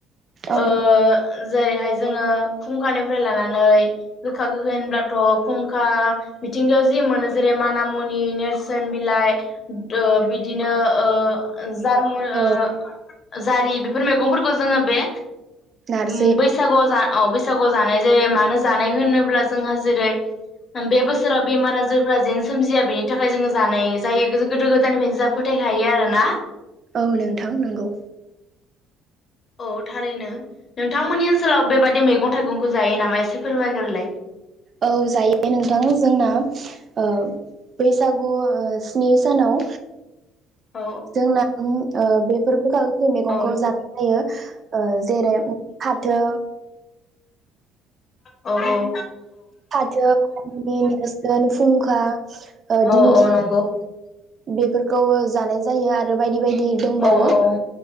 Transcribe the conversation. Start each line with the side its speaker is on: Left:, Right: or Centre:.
Right: औ
Left: ओ जेरैहाय जोङो खुंखानिफ्रायलानानै गोखा गोखै होनब्लाथ खुंखा मिथिंगायाव जि मोनो जेरै मानामुनि नेरसोनबिलाइ ओ बिदिनो ओ जारमय ओह
Right: औ
Left: जारि बेफोर मैगंफोर <unintelligible> जोङो बे
Right: नारज।
Left: <unintelligible> बा अ बैसागोआव जानायजायो मानोजानायहोनोब्ला जोंहा जेरै बे बोसोराव बेमार आजारफोराजेन सोमजिया बेनिथाखाय जोंङो जानायजायो गोजोगोदायनिफ्रयनो जाहा फोथायखायो आरोना।
Right: औ नोंथां नोगौ।
Left: औ थारैनो नोंथांमोननि ओनसोलाव बेबादि मैगं थाइगंखो जायोनामा एसे फोरमायग्रोलाय।
Right: औ जायो नोंथां जोंना ओह बैसागु ओह स्निसानाव
Left: औ
Right: जोंना उम ओह बेफोर गोखा गोखै मैगंखौ
Left: औ
Right: जाबायथायो। ओ जेरै उम फाथो
Left: औ औ।
Right: फाथो <unintelligible> फुंखा ओ
Left: औ
Right: दिंखिया।
Left: औ नंगौ
Right: बेफोर <unintelligible> जानाय जायो आरो बायदि बायदि दंबावो
Left: औ औ